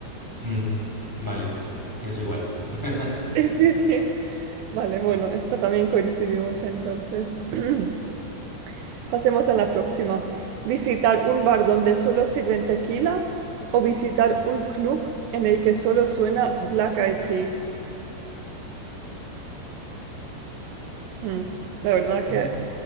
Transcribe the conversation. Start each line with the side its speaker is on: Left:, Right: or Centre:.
Centre: Mm, vale, pienso igual. <laughs>
Right: Sí, sí, sí. Vale, bueno, esta también coincidimos entonces. <clears throat> Pasemos a la próxima. ¿Visitar un bar donde solo sirven tequila o visitar un club en el que solo suena Black Eyed Peas? Mm, la verdad
Centre: Mm.
Right: que,